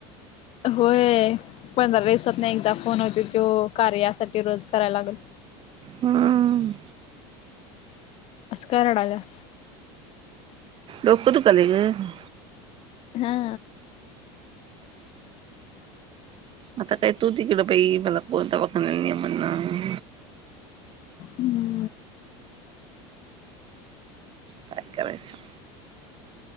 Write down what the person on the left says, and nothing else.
होय, पंधरा दिवसातनं एकदा फोन होतोय त्यो कार्यासाठी रोज करायला लागल.
असं का रडायल्यास?
हा.
हम्म.